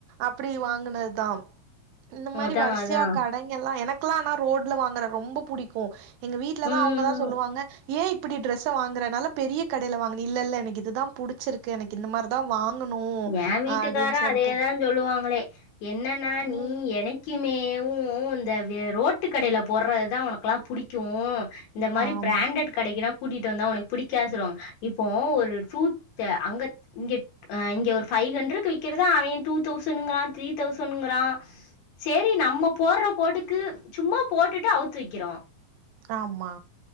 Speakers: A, on the right; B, on the left.
A: அப்டி வாங்கினது தா இந்த மாரி
B: அதான்
A: வரிசையா
B: அதான்.
A: கடை எல்லாம் எனக்கெல்லாம்னா ரோடல வாங்கற ரொம்ப புடிக்கு எங்க வீட்டுல
B: ம்.
A: தா அவங்க தா சொல்லுவாங்க ஏன் இப் இப்டி டிரெஸ் வாங்கறனால பெரிய கடையில்ல வாங்கின இல்ல இல்ல எனக்கு இதுதா புடிச்சிருக்கு எனக்கு இந்த மாரிதா வாங்கணு
B: என் வீட்டுக்கார
A: அப்டின்னு சொல்ட்டு
B: அதேதா சொல்லுவாங்களே என்னன்னா
A: ம்
B: நீ எனக் இனிக்குமே ம் ம் வே இந்த ரோட்டு கடையில போடுறதுதா உனக்கேல்லா புடிக்கு இந்த மாரி
A: ஆமா
B: பிராண்ட கிடைக்குனா கூட்டிட்டு வந்தா உனக்கு பிடிக்கனு சொல்லுவாங்க இப்ப ஒரு ஃப்ரூட் அங்க க இங்க இங்க ஒரு பைவ் ஹண்ட்ரட்க்கு வக்கிறதா அவ டூ தௌசண்ங்கார த்ரீ தௌசண்ங்கார சேரி நம்ம போடுற போட்டுக்கு சும்மா போட்டுட்டு அவுத்து வைக்கிறோ
A: ஆமா